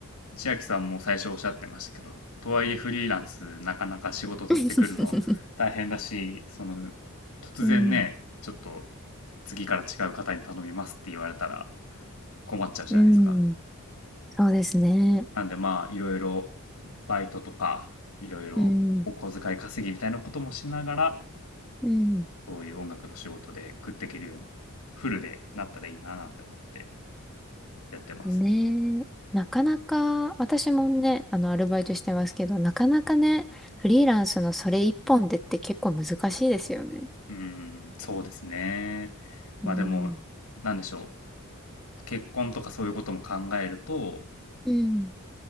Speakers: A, on the left (about 80°); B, in the centre.
A: 千秋さんも最初おっしゃってましたけど、とはいえフリーランスなかなか仕事取ってくるの大変だし、
B: <laughs>
A: その、突然ね、
B: うん。
A: ちょっと次から違う方に頼みますって言われたら困っちゃうじゃないですか。
B: うん。そうですね。
A: なんでまあ、いろいろバイトとか、いろいろお小遣い稼ぎみたいなこともしながら、
B: うん。うん。
A: そういう音楽の仕事で食っていけるように、フルでなったらいいななんて思ってやってます。
B: ねえ。なかなか、私もね、あの、アルバイトしてますけど、なかなかね、フリーランスのそれ一本でって結構難しいですよね。
A: うーん、そうですね。
B: うん。
A: まあでも、なんでしょう。結婚とかそういうことも考えると、
B: うん。